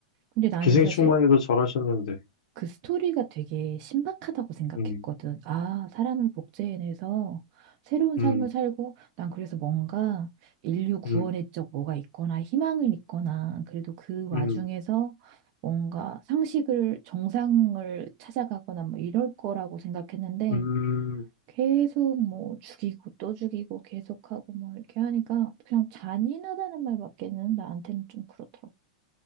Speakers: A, on the right (about 35°); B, on the left (about 70°).
A: 근데 나는
B: 기생충만
A: 사실
B: 해도 잘하셨는데.
A: 그 스토리가 되게 신박하다고 생각했거든.
B: 음,
A: 아, 사람을 복제해내서 새로운 삶을
B: 음,
A: 살고, 난 그래서 뭔가 인류 구원의
B: 음,
A: 적 뭐가 있거나 희망을 있거나, 그래도 그 와중에서
B: 음,
A: 뭔가 상식을, 정상을 찾아가거나 뭐 이럴 거라고 생각했는데,
B: 음.
A: 계속 뭐 죽이고 또 죽이고 계속하고 뭐 이렇게 하니까 그냥 잔인하다는 말밖에는 나한테는 좀 그렇더라고.